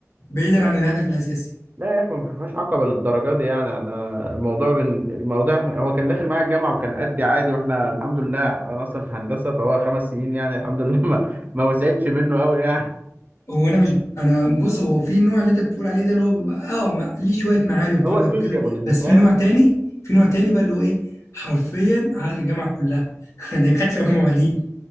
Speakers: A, on the left; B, on the right.
A: بعيدا
B: لا
A: عن الهدف الاساسي
B: لا يا اخي ما فيهاش عقبه للدرجه دي يعني انا الموضوع بن... الموضوع احنا هو كان داخل معايا الجامعه وكان قدي عادي واحنا الحمد لله انا اصلا في هندسه فهو خمس سنين يعني الحمد لله ما, ما وسعتش منه قوي يعني
A: هو انا مش انا بص هو في نوع اللي انت بتقول عليه ده اللي هو بيبقى اه ما- ليه شويه معارف برضك
B: هو سوشيابل
A: وكده
B: انت
A: بس
B: فاهم
A: في نوع تاني في نوع تاني بقى اللي هو ايه حرفيا عارف الجامعه كلها <laughs> دكاتره بمواعيد